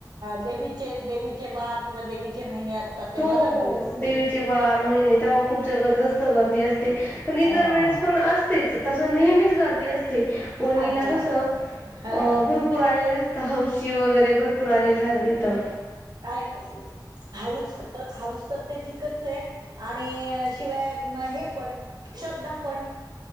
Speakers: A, on the right; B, on the left.
A: देवीचे देवीचे वार किंवा देवीचे महिने असतात तेव्हा
B: हो हो
A: गर्दी
B: हो!
A: असते
B: देवीचे वार महिने त्या खूप जबरदस्त गर्दी असते पण इतर
A: हा
B: वेळेस पण अस तेच तस नेहमीच गर्दी असते वणीला
A: अच्छा
B: कसं
A: हा
B: भरपूर आलेले असतं हौशी वगैरे भरपूर आलेले राहतं तिथं.
A: कायमपासुनच आहे. हौस तर हौस तर ते ठीकच आहे आणि शिवाय हे पण श्रद्धा पण.